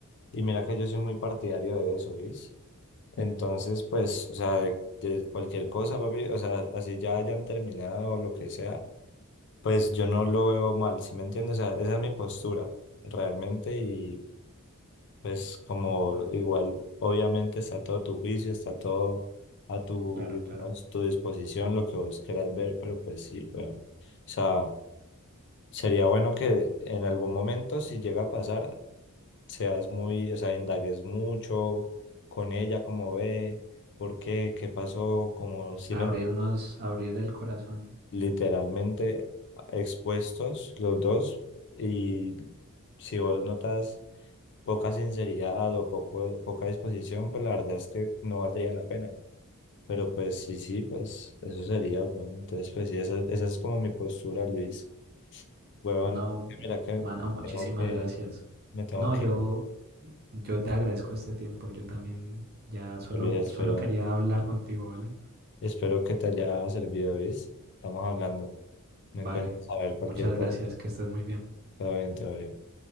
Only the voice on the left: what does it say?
Y mira que yo soy muy partidario de eso, ¿ves? Entonces, pues, o sea, de, de cualquier cosa, papi, o sea, así ya hayan terminado o lo que sea, pues yo no lo veo mal, ¿sí me entiendes? O sea, esa es mi postura, realmente, y pues como igual, obviamente está todo tu juicio, está todo a tu,
digamos,
tu disposición, lo que vos quieras ver, pero pues sí, pero, o sea... Sería bueno que en algún momento, si llega a pasar, seas muy, o sea, indagues mucho con ella, cómo ve, por qué, qué pasó, como si
men-
literalmente expuestos los dos y si vos notas poca sinceridad o poco, poca disposición, pues la verdad es que no valdría la pena. Pero pues sí, sí, pues eso sería, bueno. Entonces, pues sí, esa, esa es como mi postura, Luis. Huevón,
mira que
tengo que...
Me tengo
que
ir.
Luis, espero,
espero que te haya servido, ¿viste? Estamos hablando. Me
cuentas a ver cualquier
cosa.
Todo bien, todo bien.